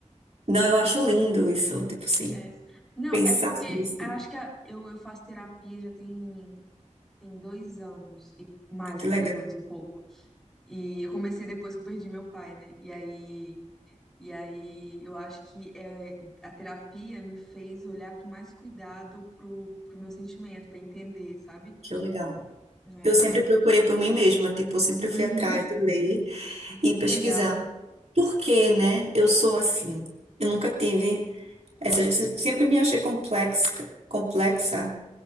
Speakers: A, on the right; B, in the centre.
A: não, eu acho lindo isso, tipo assim,
B: É. Não,
A: pensar
B: é porque
A: sobre isso.
B: eu acho que a- eu, eu faço terapia já tem, tem dois anos, e mais
A: Que
B: que
A: legal,
B: dois anos, um pouco. E eu comecei depois que eu perdi meu pai, né? E aí, e aí eu acho que é, a terapia me fez olhar com mais cuidado pro, pro meu sentimento, pra entender, sabe?
A: que legal.
B: É.
A: Eu sempre procurei por mim mesma, tipo, eu sempre fui
B: Uhum,
A: atrás de ler e pesquisar.
B: legal.
A: Por que, né? Eu sou assim. Eu nunca tive essa, sempre me achei complexa, complexa.